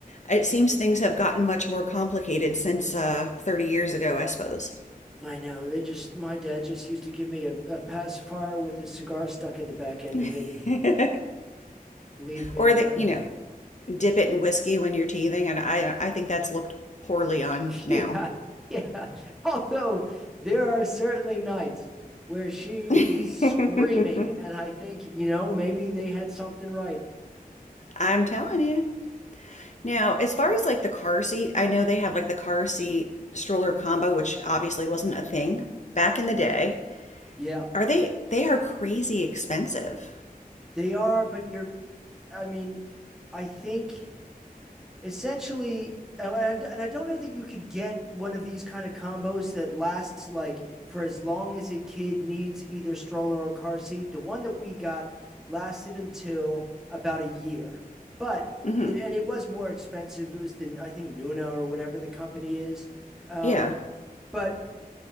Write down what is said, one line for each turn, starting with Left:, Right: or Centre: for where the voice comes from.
Left: it seems things have gotten much more complicated since uh, 30 years ago, I suppose.
Centre: I know. They just, my dad just used to give me a, a pacifier with his cigar stuck in the back end
Left: <laughs>
Centre: of it and leave me
Left: Or
Centre: to my
Left: that,
Centre: own.
Left: you know, dip it in whiskey when you're teething, and I I think that's looked poorly on
Centre: <laughs>
Left: now.
Centre: Yeah. Yeah. Although there are certainly nights where she
Left: <laughs>
Centre: is screaming, and I think, you know, maybe they had something right.
Left: I'm telling you. Now, as far as like the car seat, I know they have like the car seat stroller combo, which obviously wasn't a thing back in the day.
Centre: Yeah,
Left: Are they they are crazy expensive.
Centre: they are, but you're, I mean, I think essentially and I, and I don't know that you could get one of these kind of combos that lasts like for as long as a kid needs either stroller or car seat. The one that we got lasted until about a year, but
Left: hmm
Centre: it, and it was more expensive. It was the I think Nuna or whatever the company is, um,
Left: Yeah.
Centre: but